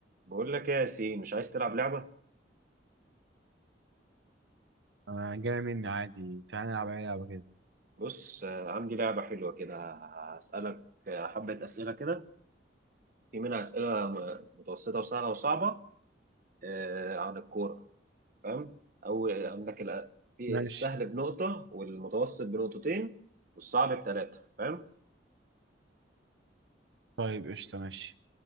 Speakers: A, on the right (about 45°); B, on the right (about 70°).
A: بقول لك ايه يا ياسين مش عايز تلعب لعبة؟
B: انا جاي مني عادي تعالى نلعب اي لعبه كده
A: بص آه، عندي لعبة حلوة كده هسألك آه، حبة أسئلة كده في منها أسئلة م- متوسطة وسهلة وصعبة آه، عن الكورة فاهم؟ أو عندك الأ- في
B: ماشي
A: السهل بنقطة والمتوسط بنقطتين والصعب بثلاثة فاهم؟
B: طيب قشطه ماشي